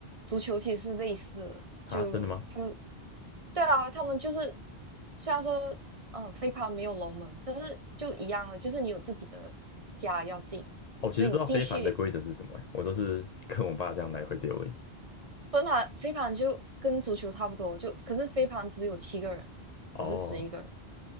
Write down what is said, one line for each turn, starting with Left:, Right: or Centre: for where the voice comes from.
Right: 足球其实是类似的，
Left: 啊！
Right: 就他们
Left: 真的吗？
Right: 对啊，他们就是虽然说呃飞盘没有龙门，但是就一样了，就是你有自己的家要进，
Left: 哦，
Right: 所以你进去
Left: 其实不知道飞盘的规则是什么欸，我都是跟我爸这样来回丢而已。
Right: 飞盘飞盘就跟足球差不多，就可是飞盘只有七个人，
Left: 哦，
Right: 不是十一个人。